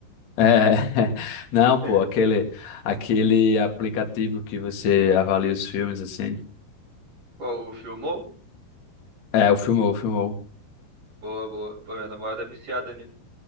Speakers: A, on the left (about 45°); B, on the right (about 50°).
A: É, <laughs> não, pô,
B: <laughs>
A: aquele, aquele aplicativo que você avalia os filmes assim.
B: Qual, o filmou?
A: É, o Filmou, o Filmou.
B: Boa, boa. Pô, minha namorada é viciada nisso.